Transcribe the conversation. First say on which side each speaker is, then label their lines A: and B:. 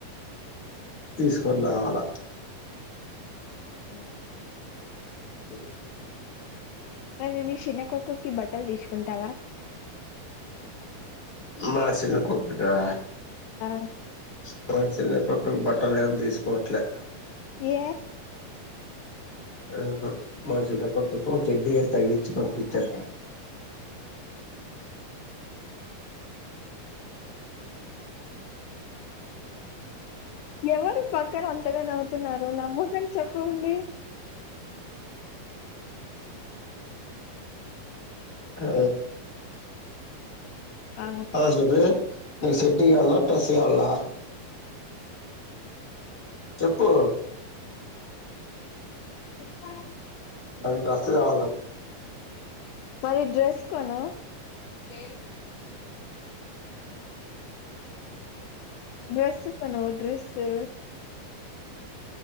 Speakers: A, on the left; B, on the left.
A: తీసుకొని రావాల
B: ఆ
A: అ
B: మరి నీ శిన్న కుక్క కి బట్ ట్టలు తీసుకుంటావా
A: మా చిన్న కూతురా
B: ఆ
A: <unintelligible> పూడు బాటలేం తీసుకోవట్లే
B: ఏ
A: ఆహా మా చిన్న కొతుకు చెడీసి తగిలించి పంపించస్త
B: ఎవరు పక్కన అంతగా నవ్వుతున్నారు నవ్వుకని చెప్పండి
A: అ
B: ఆ
A: అ <unintelligible> నేను చెడీ ఈయాలన డ్రస్ ఈయాలన చేపు
B: వా
A: నాకు డ్రెస్ కావాల
B: మరి డ్రెస్ కొను ఏ డ్రెస్ కొను డ్రెస్సు